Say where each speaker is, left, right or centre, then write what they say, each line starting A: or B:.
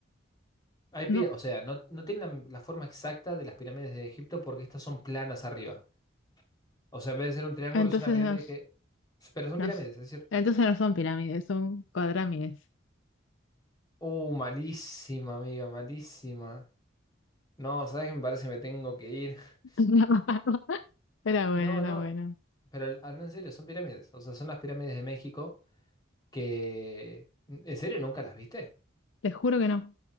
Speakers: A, on the left (about 20°); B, on the left (about 75°).
A: Hay
B: No.
A: pira- o sea, no, no tienen la, la forma exacta de las pirámides de Egipto porque estas son planas arriba. O sea, en vez de ser un triángulo,
B: Entonces
A: es una pirámide
B: nos,
A: que... Pero son
B: nos,
A: pirámides, es decir
B: entonces no son pirámides, son cuadrámides.
A: Uh, malísima, amiga, malísima. No, ¿sabes qué? Me parece que me tengo que ir. <laughs>
B: <laughs> Era bueno,
A: No,
B: era
A: no.
B: bueno.
A: Pero al- al- no, en serio, son pirámides. O sea, son las pirámides de México que... ¿En serio nunca las viste?
B: Te juro que no.